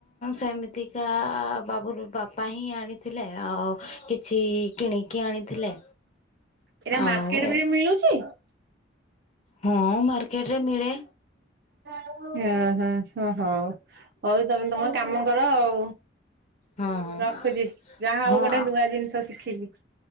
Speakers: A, on the left; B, on the right.
A: ସେମିତିକା ବାବୁଲ ବାପା ହିଁ ଆଣିଥିଲେ ଆଉ କିଛି କିଣିକି ଆଣିଥିଲେ
B: ଏଇଟା ମାର୍କେଟ
A: ଆଉ
B: ବି ମିଳୁଛି।
A: ହଁ ମାର୍କେଟ ରେ ମିଳେ।
B: ହଁ ହଁ ହଁ ହଉ ହଉ ତମେ ତମେ କାମ କର ଆଉ।
A: ହଁ ହଁ
B: ରଖୁଛି ଯାହା
A: ହଁ
B: ହଉ ଗୋଟେ
A: ଆ
B: ନୂଆ ଜିନିଷ ଶିଖିଲି।